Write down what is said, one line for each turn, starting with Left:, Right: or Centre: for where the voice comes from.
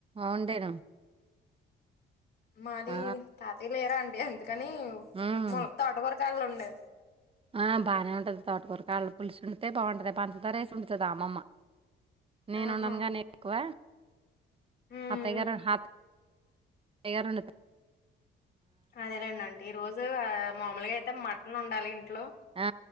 Right: అవుండేనా
Left: మాది
Right: ఆ,
Left: తాతయ్యా లేరా అండి అందుకని
Right: ఉమ్.
Left: మొల్ తోట కాళ్ళు వండను
Right: ఆ బానే ఉంటది తోటకొరక వాళ్ళు పులుసు ఉంటె బాగుంటది పంచదారేసి వడుతుంది అమ్మమ్మ నేను
Left: ఆహా
Right: ఉండను గానీ ఎక్కువ
Left: ఉమ్
Right: అత్తయ్య గారూ హాప్ తాయారు
Left: అదేలేండి ఆంటీ ఈ రోజు ఆ మామూలుగా అయితే మటన్ ఉండాలి ఇంట్లో
Right: ఆ